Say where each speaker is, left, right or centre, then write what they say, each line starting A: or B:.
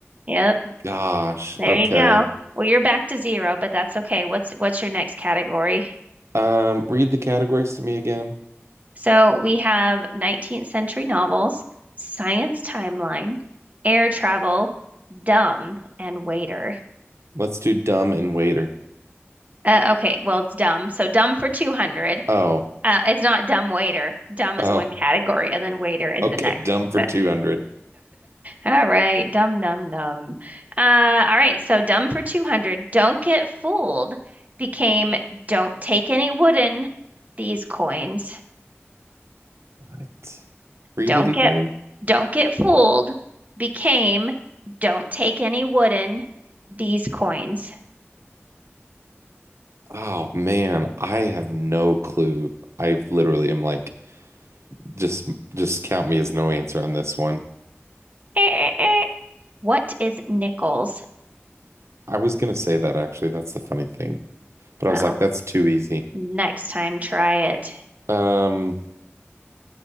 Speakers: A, on the right; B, on the right.
A: Yep.
B: Gosh.
A: There
B: Okay.
A: you go. Well, you're back to zero, but that's okay. What's what's your next category?
B: Um, read the categories to me again.
A: So we have 19th century novels, science timeline, air travel, dumb, and waiter.
B: Let's do dumb and waiter.
A: Uh, okay, well, it's dumb. So dumb for 200.
B: Oh.
A: Uh, it's not dumb waiter. Dumb
B: Oh.
A: is one category, and then waiter is
B: Okay,
A: the next.
B: dumb
A: <laughs>
B: for
A: But-
B: 200.
A: All right, dumb, dumb, dumb. Uh, all right, so dumb for 200. Don't get fooled became don't take any wooden these coins.
B: What? Read
A: Don't
B: it again?
A: get don't get fooled became don't take any wooden these coins. <laughs>
B: Oh man, I have no clue. I literally am like just just count me as no answer on this one.
A: Eh, eh, eh. What is nickels?
B: I was gonna say that actually. That's the funny thing. But I
A: Well,
B: was like that's too easy.
A: next time try it.
B: Um,